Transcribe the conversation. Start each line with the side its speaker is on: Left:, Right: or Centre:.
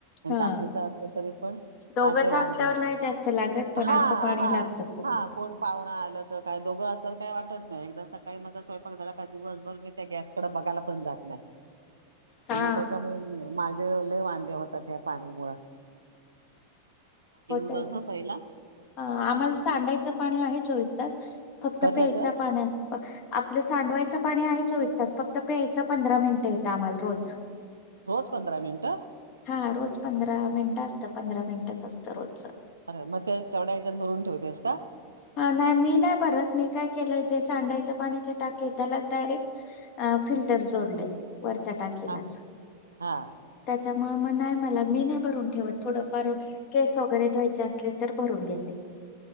Left: हा
Right: टाकीच असलं तरी पण
Left: दोघंच
Right: असे वांदे
Left: असल्यावर नाही जास्त लागत पण
Right: हा
Left: असं पाणी
Right: हा
Left: लागतं खूप
Right: हा कोण पाव हा लघ काय दोघं अस तर काय वाटत नाही एकदा सकाळी माझा स्वयंपाक झाला काही दिवसभर मी त्या गॅस कड बघायला पण जात नाही
Left: हा
Right: त्याच्यामुळे माझे लय वांदे होतात ह्या पाण्यामुळ
Left: होतय
Right: बघ हं
Left: तस
Right: पहिला
Left: आम्हाला सांडायचं पाणी आहेच चोवीस तास फक्त
Right: कशाचं
Left: प्यायच पाणी आपलं सांडवायचं पाणी आहे चोवीस तसा फक्त प्यायचा पंधरा मिनिट येत आम्हाला रोज
Right: रोज पंधरा मिनट
Left: हा रोज पंधरा मिनिटं असतं पंधरा मिनिटच असतं रोजच
Right: अर मग त्या तेवढ्या याच्यात भरून ठेवतेस का
Left: हा नाही मी नाही भरत मी काय केलंय जे सांडायच्या पाण्याचे टाके त्यालाच डायरेक्ट फिल्टर जोडले वरच्या टाकीलाच
Right: हा हा
Left: त्याच्यामुळे मग नाही मला मी नाही भरून ठेवत थोडफार केस वगैरे धवायचे असले तर भरून घेते